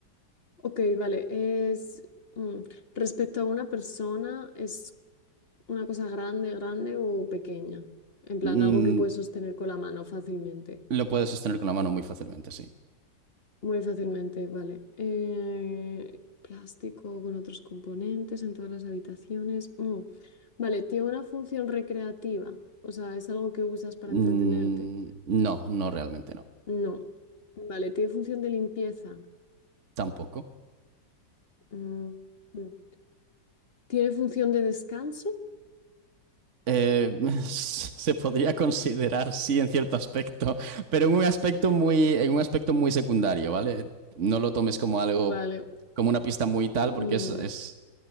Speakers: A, on the left; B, on the right.
A: Ok, vale. Es... mm, Respecto a una persona, es ¿Una cosa grande, grande o pequeña? En plan,
B: Mm,
A: algo que puedes sostener con la mano fácilmente.
B: lo puedes sostener con la mano muy fácilmente, sí.
A: Muy fácilmente, vale. Eh, plástico con otros componentes en todas las habitaciones. Mm. Vale, ¿tiene una función recreativa? O sea, ¿es algo que usas para
B: Mm,
A: entretenerte?
B: no, no realmente no.
A: No. Vale, ¿tiene función de limpieza?
B: Tampoco.
A: Mm, mm. ¿Tiene función de descanso?
B: Eh, <laughs> se podría considerar, sí, en cierto aspecto, pero en un aspecto muy, en un aspecto muy secundario, ¿vale? No lo tomes como algo,
A: Vale.
B: como una pista muy tal, porque
A: mm,
B: es, es,